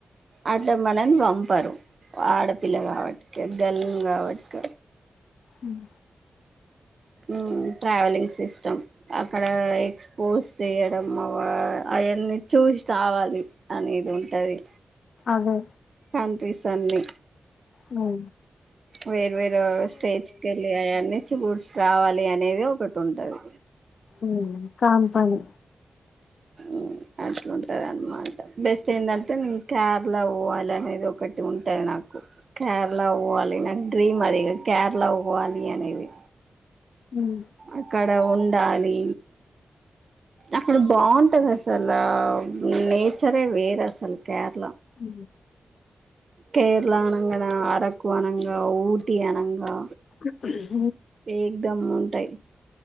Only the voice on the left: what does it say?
ఉమ్
అదే
అవు
ఉమ్ కామ్ పని
ఉమ్
ఊ
<unintelligible>